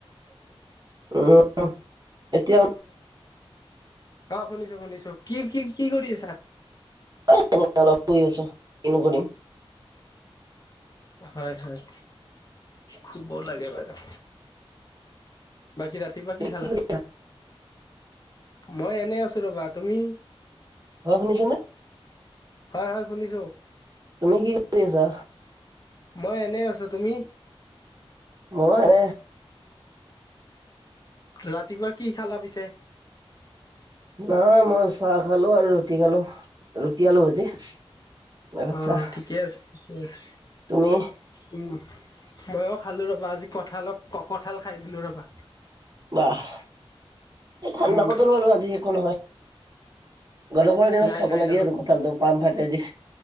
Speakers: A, on the right; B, on the left.
A: উম, এতিয়া
B: অ', শুনিছো শুনিছো কি কি কি কৰি আছা?
A: এ এনেই অলপ শুই আছো কিনো কৰিম।
B: হয়, হয়। শুব লাগে বাৰু বাকী ৰাতিপুৱা
A: তুমি
B: কি খালা
A: কৰি
B: মই এনে আছো ৰবা তুমি?
A: হয়, শুনিছা নে?
B: হয়, হয়, শুনিছো।
A: তুমি কি কৰি আছা?
B: মই এনে আছো তুমি?
A: মইও এনেই
B: ৰাতিপুৱা কি খালা পিছে?
A: নাই মই চাহ খালো আৰু ৰুটি খালো ৰুটি আলো ভাজি। তাৰপিছত
B: অ',
A: চাহ
B: ঠিকে আছে ঠিকে আছে।
A: তুমি
B: উম, মইও খালোঁ ৰবা আজি কঠালক কঁঠাল খাই দিলোঁ ৰবা।
A: বাহ এই ঠাণ্ডা
B: উম
A: বতৰ বাৰু আজি একো নহয়। গৰমৰ দিনত
B: নাই
A: খাব
B: নাই
A: লাগে
B: নহয়
A: আৰু কঁঠালটো পাম ভাটে দি